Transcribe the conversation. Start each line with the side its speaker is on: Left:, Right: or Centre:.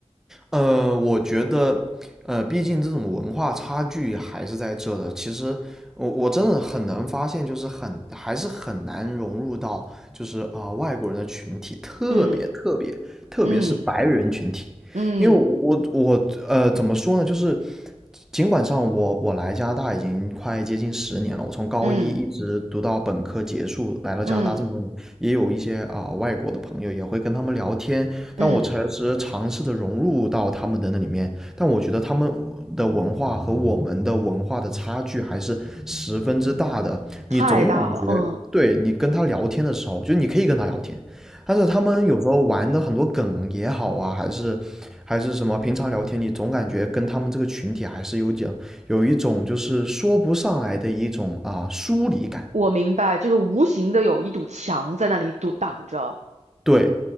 Centre: 呃，我觉得，呃，毕竟这种文化差距还是在这的。其实我我真的很难发现，就是很还是很难融入到就是啊、外国人的群体，特别特别特别是白人群体，
Right: 嗯嗯嗯
Centre: 因为我我我呃怎么说呢，就是尽管上我我来加拿大已经快接近十年了，我从高一一直读到本科结束，
Right: 嗯
Centre: 来到加拿大这么多年，
Right: 嗯
Centre: 也有一些啊、外国的朋友，也会跟他们聊天，但我诚实尝试的融入到他们的那里面，
Right: 嗯，
Centre: 但我觉得他们的文化和我们的文化的差距还是十分之大的。
Right: 太大了，
Centre: 你总感觉，
Right: 嗯，
Centre: 对，你跟他聊天的时候，就你可以跟他聊天，但是他们有时候玩的很多梗也好啊，还是还是什么，平常聊天你总感觉跟他们这个群体还是有点有一种就是说不上来的一种啊疏离感。
Right: 我明白，就是无形的有一堵墙在那里堵挡着。
Centre: 对，